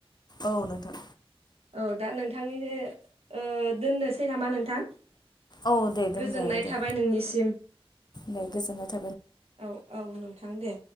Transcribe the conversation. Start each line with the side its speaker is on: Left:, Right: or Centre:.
Left: औ नोंथां
Right: औ दा नोंथांनिनो ओ दोननोसै नामा नोंथां?
Left: औ दे दोनजायो
Right: गोजोननाय
Left: दे
Right: थाबाय नोंनिसिम
Left: दे गोजोन्नाय था
Right: औ औ नों थां दे।